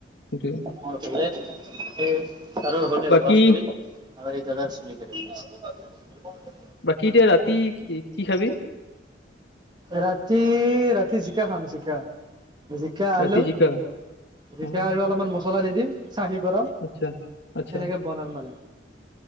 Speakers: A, on the left; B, on the right.
A: সেইটোৱে
B: মোৰ ফালে, সেই কাটাৰ হ'লে
A: বাকী
B: ৱাছ কৰিম আৰু এই দাদাৰ চুলি কাটিবলৈ আছে।
A: বাকী এতিয়া ৰাতি, কি কি খাবি?
B: ৰাতি, ৰাতি জিকা খাম জিকা। জিকা
A: ৰাতি
B: আলু,
A: জিকা
B: জিকা
A: অ
B: আৰু অলপমান মছলা দি দিম, চাহি গৰম।
A: আচ্ছা আচ্ছা।
B: সেনেকে বনাম মানে।